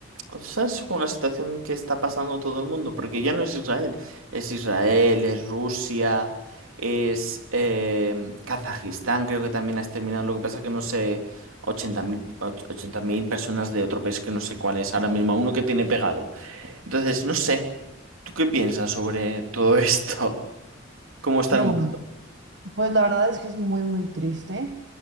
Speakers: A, on the right; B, on the right.
A: o sea, es con la situación que está pasando todo el mundo, porque ya no es Israel, es Israel, es Rusia, es eh, Kazajistán, creo que también ha exterminado, lo que pasa que no sé, ochenta mil och- 80.000 personas de otro país que no sé cuál es ahora mismo, uno que tiene pegado. Entonces, no sé, ¿tú qué piensas sobre todo esto? <laughs> ¿Cómo está
B: No,
A: el mundo?
B: bueno. Pues la verdad es que es muy, muy triste.